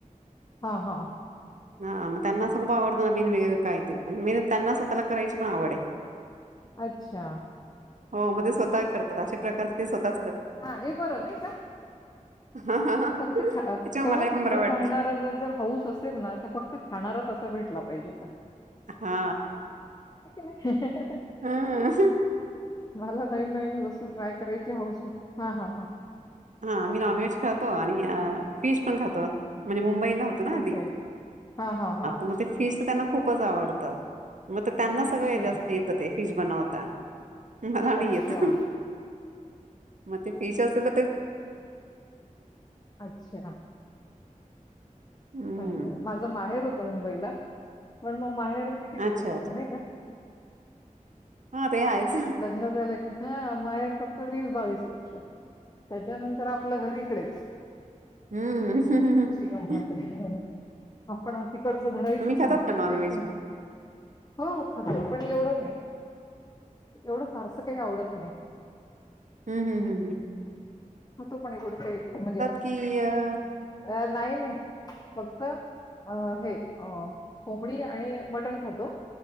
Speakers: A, on the left; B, on the right.
A: हा हा
B: ह मग त्यांना असं खूप आवडतं नवीन वेगं काय ते मी त्यांना स्वतःला करायची पण आवड आहे
A: अच्छा
B: हो म्हणज स्वतः करतात अशा प्रकार ते स्वतः
A: हा हे बरं नाही का
B: हा हा हा
A: फक्त
B: त्याच्यामुळे
A: ख करून
B: मलाही पण
A: खाऊ
B: बरं वाटतं.
A: घालणारा जर हाऊस असेल ना तर फक्त खाणारच अस भेटला पाहिजे का
B: हा
A: नाही
B: हा
A: मला नवीन नवीन वस्तू ट्राय करायची हौस हा हा हा
B: हा आम्ही नॉन व्हेज खातो आणि पण खात म्हण मुंबईला होत ना आधीा
A: ओके हा हा हा
B: मग फ त्यांना खूपच आवडत मग त्यांना सगळ
A: अच्छा
B: येत फिश बनवता मला नाही
A: अच्छा
B: येत मग ते फीश असल
A: अच्छा
B: हं.
A: चांगल माझं माहेर होत मुंबईला पण म माहेर कितीक
B: अच्छा,
A: दिवसाच
B: अच्छा.
A: नाही का
B: हां, ते आहेच.
A: लग्न झालं की हा माहेर फक्त वीस बावीस वर्ष त्याच्यानंतर आपलं घरीकडेच
B: हम्म ह
A: गंमत
B: ह
A: आहे आपण तिकडचं धरायचंच
B: खातात
A: नाही
B: का नॉनव्हेज
A: आहे की नाही
B: मग?
A: हो हो खातं पण एवढं नाही एवढं फारसं काही का आवडत नाही
B: हम्म हम्म हम्म हम्म
A: हो तो पण एवढं काही म्हणजे अस
B: की अ,
A: अ नाही नाही फक्त अ हे कोंबडी आणि मटण खातो